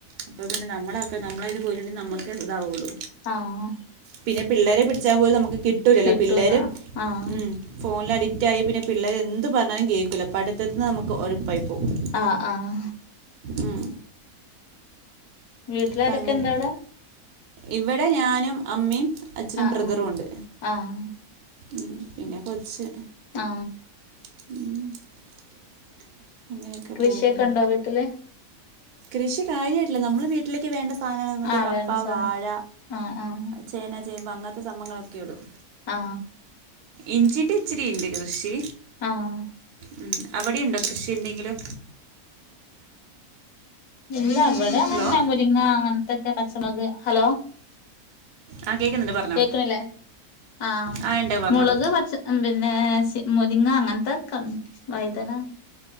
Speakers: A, on the right (about 80°); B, on the left (about 85°).
A: അപ്പോൾ പിന്നെ നമ്മളക്കെ നമ്മളെത് പോലുണ്ടേ നമുക്കേ ഇതാവുള്ളൂ
B: ആഹ്
A: പിന്നെ പിള്ളേരെ പിടിച്ചാൽ പോലും നമുക്ക് കിട്ടൂല്ലല്ല
B: കിട്ടൂല
A: പിള്ളേര്
B: ആഹ്
A: ഉം ഫോണില് അഡി റ്റായി പിന്നെ പിള്ളേര് എന്ത് പറഞ്ഞാലും കേ ക്കില്ല പഠിത്തതിന് നമുക്ക് ഒഴുപ്പായി പോവും
B: ആഹ് ആഹ്
A: ഉം
B: വീട്ടിലാരൊക്ക
A: അപ്പം അങ്ങനെ
B: ഇണ്ടവിടാ
A: ഇവിടെ ഞാനും അമ്മയും അച്ഛനും
B: ആഹ്
A: ബ്രദറും ഉണ്ട്
B: ആഹ് ആഹ്
A: ഉം പിന്നെ കൊച്ച്
B: ആ
A: <inaudible> അങ്ങനെയൊക്കെ
B: കൃഷിയൊക്കെ
A: പോകുന്നു
B: ഉണ്ടോ വീട്ടില്?
A: കൃഷി കാര്യവായിട്ടില്ല. നമ്മള് വീട്ടിലേക്ക് വേണ്ട സാ സാധനങ്ങൾ മറ്റേ
B: ആഹ്
A: കപ്പ,
B: വേണ്ട സാധനം
A: വാഴ,
B: ആഹ് ആഹ്
A: ചേന, ചേമ്പ് അങ്ങനത്തെ സംഭവങ്ങളൊക്കെ ഇടും.
B: ആ
A: ഇഞ്ചീന്റെ ഇച്ചിരിയുണ്ട് കൃഷി.
B: ആഹ
A: ഉം അവിടെയുണ്ടോ കൃഷി എന്തെങ്കിലും?
B: ഇല്ല, എവിടെന്നങ്ങനെ
A: ഹലോ
B: മുരിങ്ങ അങ്ങനത്തൊക്കെ പച്ചമുളക് ഹലോ
A: ആ കേൾക്കുന്നുണ്ട് പറഞ്ഞോ
B: കേക്കണില്ലേ? ആമുളക്
A: ആ ഉണ്ട് പറഞ്ഞോ
B: പച്ച പിന്നെ മുരിങ്ങ അങ്ങനത്തെ ക വഴുതന